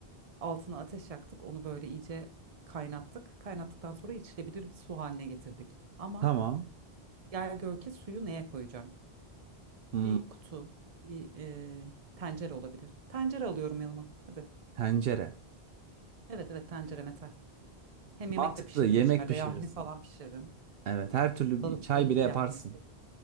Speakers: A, on the right; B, on the right.
A: Altına ateş yaktık. Onu böyle iyice kaynattık. Kaynattıktan sonra içilebilir bir su haline getirdik. Ama
B: tamam.
A: gel gör ki suyu neye koyacağım?
B: Hmm.
A: Bir kutu, bir e, tencere olabilir. Tencere alıyorum yanıma. Hadi.
B: Tencere.
A: Evet evet tencere metal. Hem yemek
B: Mantıklı.
A: de pişiririm
B: Yemek
A: içeride.
B: pişirirsin.
A: Yahni falan pişiririm.
B: Evet, her türlü
A: Bal-
B: bir çay
A: balık
B: bile yaparsın.
A: yahnisi.